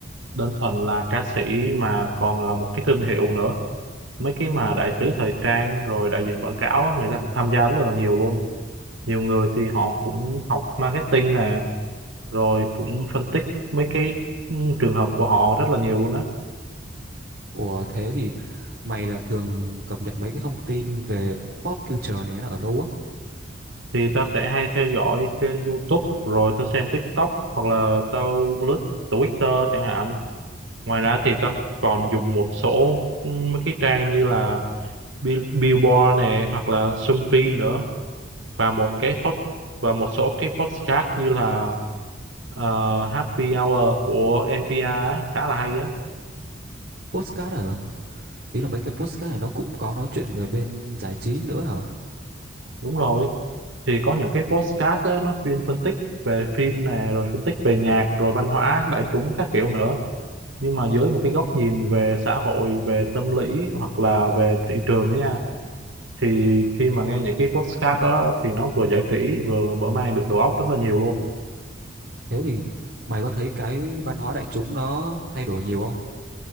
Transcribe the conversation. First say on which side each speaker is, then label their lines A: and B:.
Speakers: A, on the right; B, on the right.
A: đơn thuần là ca sĩ mà còn là một cái thương hiệu nữa. Mấy cái mà đại sứ thời trang rồi đại diện quảng cáo á, người ta cũng tham gia rất là nhiều luôn. Nhiều người thì họ cũng học marketing nè, rồi cũng phân tích mấy cái ừ, trường hợp của họ rất là nhiều luôn á.
B: ủa thế thì mày là thường cập nhật mấy cái thông tin về pop culture này nó ở đâu á
A: thì tao sẽ hay theo dõi trên YouTube rồi tao xem TikTok hoặc là tao lướt Twitter chẳng hạn ngoài ra thì tao còn dùng một số ừ, mấy cái trang như là Bill- Billboard này hoặc là Sumpy nữa và một cái pod và một số cái podcast như là ờ, Happy Hour của NPR á, khá là hay á
B: podcast ở ý là mấy cái podcast này nó cũng có nói chuyện về bên giải trí nữa hả
A: đúng rồi thì có những cái podcast á, nó chuyên phân tích về phim nè, rồi phân tích về nhạc rồi văn hóa đại chúng các kiểu nữa nhưng mà dưới một cái góc nhìn về xã hội về tâm lý hoặc là về thị trường đó nha thì khi mà nghe những cái podcast đó thì nó vừa giải trí vừa mở mang được đầu óc rất là nhiều luôn
B: thế thì mày có thấy cái văn hóa đại chúng nó thay đổi nhiều không